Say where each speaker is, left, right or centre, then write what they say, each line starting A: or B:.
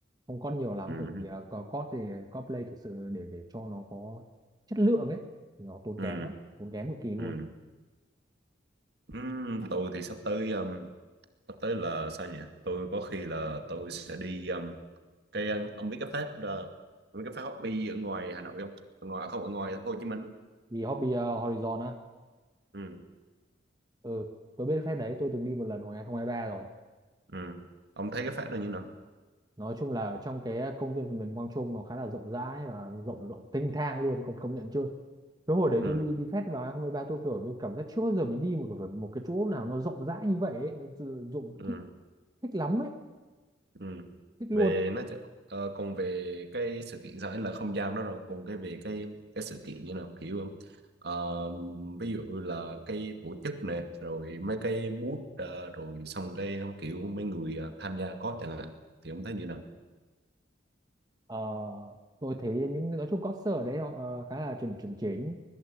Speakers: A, on the right; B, on the right.
A: không có nhiều lắm
B: ừ
A: bởi vì ờ, có có thì có play thực sự để để cho nó có chất lượng ấy thì nó tốn
B: ừ
A: kém lắm tốn kém cực kỳ luôn
B: ừ ừ tôi thì sắp tới um, sắp tới là sao nhỉ tôi có khi là tôi sẽ đi um, cái um, ông biết cái fest uh, ông biết cái fest hobby ở ngoài Hà Nội không ở ngoài à, không ở ngoài thành phố Hồ Chí Minh
A: vì hobby ờ, Horizon á
B: ừ
A: ừ tôi biết phép đấy tôi từng đi một lần hồi 2023 rồi
B: ừ ông thấy cái fest này như nào
A: nói chung là trong cái công viên phần mềm Quang Trung nó khá là rộng rãi và rộng rộng tinh thang luôn công công nhận chưa cái hồi đấy
B: ừ
A: tôi đi đi fest vào hai festival ba tôi kiểu như cảm giác chưa bao giờ mình đi một cái một cái chỗ nào nó rộng rãi như vậy ấy. nó sử dụng
B: ừ
A: thích thích lắm ấy
B: ừ.
A: thích luôn
B: về nó chả- ờ, còn về cái sự kiện sao ấy là không gian đó rồi còn cái về cái cái sự kiện như nào kiểu không? ờ, ví dụ là cái tổ chức này rồi mấy cái booth ờ, rồi xong cái kiểu mấy người ờ, tham gia có chẳng hạn thì ông thấy như nào
A: ờ, tôi thấy những nói chung concert ở đấy họ ờ, khá là chuẩn chuẩn chỉnh